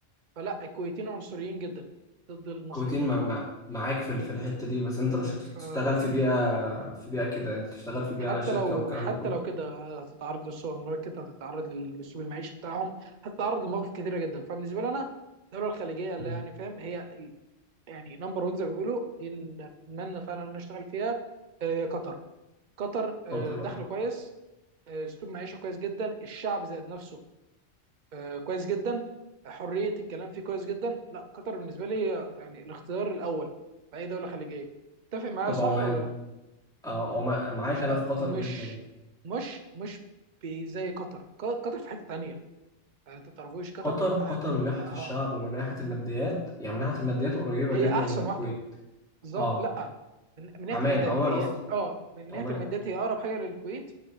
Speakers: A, on the right (about 45°); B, in the centre.
A: فلا الكويتيين عنصريين جدا ضد المصريين
B: كويتين مع مع معاك في ال- في الحتة دي بس انت مش هتشتغل
A: فلا
B: في بيئة في بيئة كده انت تشتغل في بيئة
A: حتى
B: شركة
A: لو
B: والكلام
A: حتى
B: ده كله
A: لو كده هتتعرض للسوبر ماركت هتتعرض للاسلوب المعيشي بتاعهم هتتعرض لمواقف كتيره جدا فبالنسبه لي انا الدوله الخليجيه اللي
B: مم.
A: يعني فاهم هي يعني نمبر 1 زي ما بيقولوا دي اللي اتمنى فعلا ان أنا اشتغل فيها آه، قطر قطر آه،
B: خاطر
A: دخل
B: اه
A: كويس آه، اسلوب معيشه كويس جدا الشعب ذات نفسه آه، كويس جدا حريه الكلام فيه كويس جدا لا قطر بالنسبه لي آه، يعني الاختيار الاول في اي دوله خليجيه تتفق معايا
B: طب
A: صح
B: عمان
A: ولا لا
B: اه هو مع- معاك
A: مش
B: انا
A: أ-
B: في قطر
A: مش
B: جدا
A: مش مش بي- زي قطر ق- قطر في حته تانية يعني انت ما تعرفوش قطر
B: قطر
A: من
B: قطر
A: آه، من
B: من ناحيه
A: اه
B: الشعب ومن ناحيه الماديات يعني من ناحيه الماديات قريبه
A: هي
B: جدا
A: احسن
B: من الكويت
A: واحده بالظبط
B: اه
A: لا من, من ناحيه
B: عمان
A: الماديات
B: عمان
A: هي
B: قصدي
A: اه من ناحيه
B: عمان
A: الماديات هي اقرب حاجه للكويت